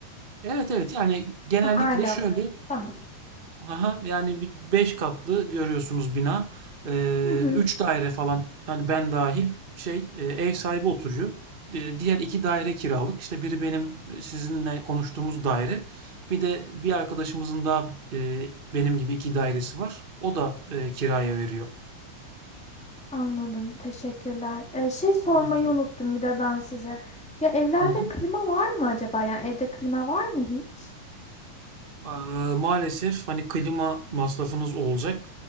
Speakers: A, on the right; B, in the centre.
A: Evet evet yani genellikle
B: Ha, aile
A: şöyle
B: apartmanı. Tamam.
A: Aha, yani bir 5 katlı görüyorsunuz bina. Ee,
B: Hı hı.
A: 3 daire falan hani ben dahil şey e, ev sahibi oturuyor. Di- diğer iki daire kiralık. İşte biri benim e, sizinle konuştuğumuz daire. Bir de bir arkadaşımızın daha e, benim gibi iki dairesi var. O da e, kiraya veriyor.
B: Anladım. Teşekkürler. Ee, şey sormayı
A: Birinci olarak.
B: unuttum bir de ben size. Ya evlerde
A: Hı hı.
B: klima var mı acaba? Yani evde klima var mı hiç?
A: Ee, maalesef hani klima masrafınız olacak.